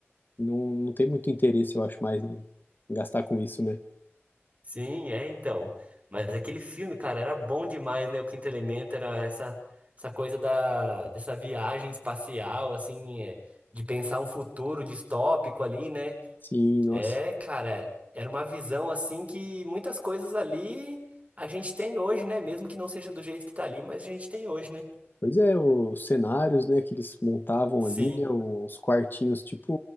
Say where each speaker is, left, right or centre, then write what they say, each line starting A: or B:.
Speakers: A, on the left; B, on the right.
A: não, não tem muito interesse, eu acho, mais em, em gastar com isso, né?
B: Sim, é então. Mas aquele filme, cara, era bom demais, né? O Quinto Elemento era essa, essa coisa da, dessa viagem espacial, assim, é, de pensar um futuro distópico ali, né?
A: Sim, nossa.
B: É, cara, era uma visão, assim, que muitas coisas ali a gente tem hoje, né? Mesmo que não seja do jeito que tá ali, mas a gente tem hoje, né?
A: Pois é, os cenários, né, que eles montavam
B: Sim.
A: ali, né? Os quartinhos, tipo